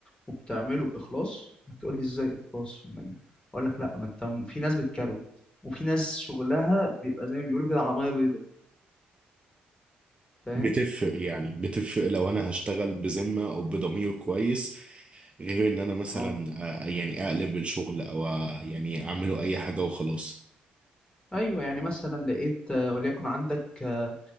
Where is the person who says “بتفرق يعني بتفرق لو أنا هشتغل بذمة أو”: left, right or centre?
Right